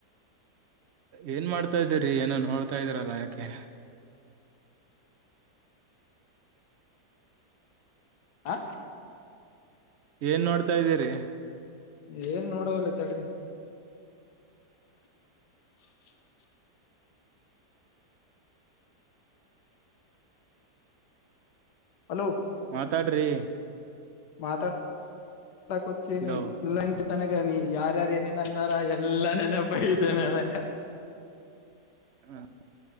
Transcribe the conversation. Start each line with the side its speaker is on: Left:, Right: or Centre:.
Right: ಏನ್ ಮಾಡ್ತಾ ಇದೀರಿ ಏನೋ ನೋಡ್ತಾ ಇದ್ದೀರಲ್ಲ ಯಾಕೆ
Left: ಹಾ
Right: ಏನ್ ನೋಡ್ತಾ ಇದ್ದೀರಿ.
Left: ಏನ್ ನೋಡದರು ತಡಿರಿ <inaudible> ಹಲೋ.
Right: ಮಾತಾಡ್ರಿ.
Left: ಮಾತಾಡ್ತಾ ಕುಂತೀನಿ
Right: ಹಲೋ
Left: <unintelligible> ನನಗ ನೀ ಯಾರ್ಯಾರು ಏನೇನ್ ಅಂದಾರ ಎಲ್ಲ ನೆನಪ ಐತೇ ನನಗ
Right: ಹ